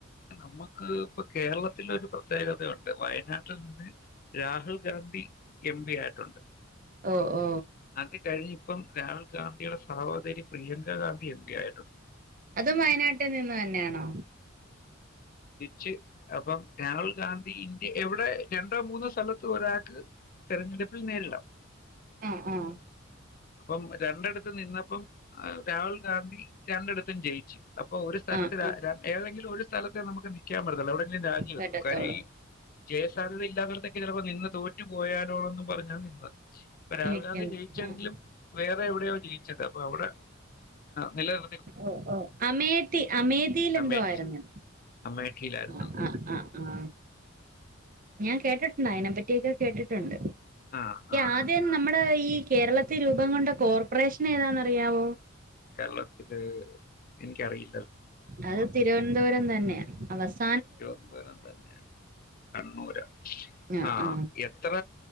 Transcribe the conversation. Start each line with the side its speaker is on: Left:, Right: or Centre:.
Left: നമക്ക് ഇപ്പ കേരളത്തില ഒരു പ്രത്യേകതയുണ്ട് വയനാട്ടിൽ നിന്ന് രാഹുൽ ഗാന്ധി എം പി ആയിട്ടുണ്ട്
Right: ഓ ഓ
Left: അത് കഴിഞ്ഞ് ഇപ്പം രാഹുൽ ഗാന്ധിയുടെ സഹോദരി പ്രിയങ്ക ഗാന്ധി എം പി ആയിട്ടുണ്ട്
Right: അത് വയനാട്ടിൽ നിന്ന് തന്നെയാണോ
Left: ച്ച് അപ്പം രാഹുൽ ഗാന്ധി ഇൻ എവിടേ രണ്ടോ മൂന്നോ സ്ഥലത്ത് ഒരാക്ക് തിരഞ്ഞെടുപ്പിൽ നേരിടാം
Right: ആ ആ
Left: അപ്പം രണ്ടടു ത്ത് നിന്നപ്പം ആഹ് രാഹുൽ ഗാന്ധി രണ്ടിടത്തും ജയിച്ചു. അപ്പൊ ഒരു സ്ഥലത്ത്
Right: ആഹ്
Left: ര
Right: ആഹ്
Left: രൺ ഏതെങ്കിലും ഒരു സ്ഥലത്തേ നമുക്ക് നി ക്കാൻ പറ്റത്തൊള്ളു അവിടെ രാജിവെക്കും
Right: വറ്റത്തോള്
Left: കാര്യം ഈ ജയസാധ്യത ഇല്ലാത്തടത്തൊക്കെ ചിലപ്പോ നിന്ന് തോറ്റു പോയാലോ പറഞ്ഞാൽ നിങ്ങൾ ഇപ്പൊ രാഹുൽ
Right: നിക്കുന്നു
Left: ഗാന്ധി ജയിച്ചെങ്കിലും
Right: ആഹ്
Left: വേറെ എവിടെയോ ജയി അപ്പൊ അവിടെ നിലനിർ
Right: ഓ ഓ അമേധി അമേധിയില എന്തോ
Left: അമേഠി
Right: ആയിന്ന
Left: അമേഠിയിലായിരുന്നു
Right: അ
Left: തോന്നുന്നു
Right: അ അ ആ ഞാൻ കേട്ടിട്ടുണ്ട അതിനെപ്പറ്റിയക്കെ കേട്ടിട്ടുണ്ട്
Left: ആ ആ
Right: ആദ്യം നമ്മുടെ ഈ കേരളത്തിൽ രൂപം കൊണ്ട കോർപ്പറേഷൻ ഏതാന്നറിയാവോ
Left: കേരളത്തില് എനിക്കറിയി
Right: അത് തിരുവനന്തപുരം തന്നെ തന്നെ <unintelligible>
Left: തിരുവനന്തപുരം തന്നെയാണ് കണ്ണൂര്
Right: ആ
Left: ആഹ
Right: ആ
Left: എത്ര